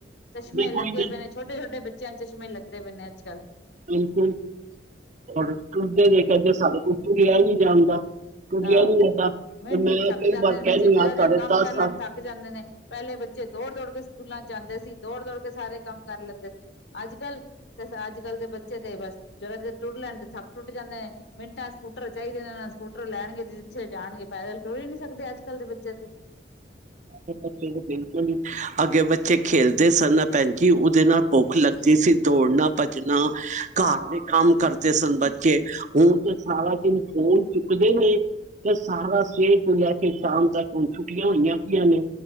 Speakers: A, on the left; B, on the right.
A: ਚਸ਼ਮੇ ਲੱਗੇ
B: ਕੋਈ ਨਹੀਂ
A: ਪਏ ਨੇ ਛੋਟੇ ਛੋਟੇ ਬੱਚਿਆਂ ਚਸ਼ਮੇ ਲੱਗਦੇ ਪਏ ਨੇ ਅੱਜ ਕੱਲ੍ਹ
B: ਬਿਲਕੁਲਰ ਤੁਡੇ ਦੇਖ ਜ ਸਾਡੇ ਕੋਲ ਰਿਹਾ ਨਹੀਂੀ ਜਾਂਦਾ ਤੁਰਿਆ
A: ਆਹ
B: ਨੀ ਜਾਂਦਾ ਤੇ
A: ਮਿੰਟ
B: ਮੈਂ
A: ਹੀ ਥੱਕ
B: ਕਈ
A: ਜਾਂਦੇ
B: ਵਾਰ
A: ਨੇ
B: ਕਹਿਣੀ
A: ਬੱਚੇ ਜਿਹੜਾ
B: ਆ
A: ਜਿਹਾ
B: ਸਾਡੇ
A: ਕੰਮ
B: ਦਸ
A: ਕਰ
B: ਸਾਲ
A: ਲੈਣ ਥੱਕ ਜਾਂਦੇ ਨੇ ਪਹਿਲੇ ਬੱਚੇ ਦੌੜ ਦੌੜ ਕੇ ਸਕੂਲਾਂ ਚ ਜਾਂਦੇ ਸੀ ਦੌੜ ਦੌੜ ਕੇ ਸਾਰੇ ਕੰਮ ਕਰ ਲੈਂਦੇ ਸੀ ਅੱਜ ਕੱਲ ਤੇ ਅੱਜ ਕੱਲ ਦੇ ਬੱਚੇ ਤੇ ਬਸ ਜਰਾ ਜ ਟੁੱਟ ਲੈਣ ਤੇ ਥੱਕ ਟੁੱਟ ਜਾਂਦੇ ਮਿੰਟਾਂ ਸਕੂਟਰ ਚਾਹੀਦੇ ਨੇ ਸਕੂਟਰ ਟਰ ਲੈਣਗੇ ਤੇ ਜਿੱਥੇ ਜਾਣਗੇ ਪੈਦਲ ਤੋਰੀ ਹੀ ਨੀ ਸਕਦੇ ਅੱਜ ਕੱਲ ਦੇ ਬੱਚੇ ਤੇ
B: ਬੱਚੇ ਨੂੰ ਬਿਲਕੁਲ ਅੱਗੇ ਬੱਚੇ ਖੇਲਦੇ ਸਨ ਕਿ ਉਹਦੇ ਨਾਲ ਭੁੱਖ ਲੱਗਦੀ ਸੀ ਦੌੜਨਾ ਭੱਜਣਾ
A: ਹਾਂ
B: ਘਰ ਦੇ ਕੰਮ ਕਰ ਬੱਚੇ ਹੁਣ ਤਾਂ ਸਾਰਾ ਦਿਨ ਫਣ ਚੁੱਕਦੇ ਨੇ ਤੇ ਸਾਰਾ ਸਵੇਰ ਤੋਂ ਲੈ ਕੇ ਸ਼ਾਮ ਤੱਕ ਹੁਣ ਛੁੱਟੀਆਂ ਹੋਈਆਂ ਨੇ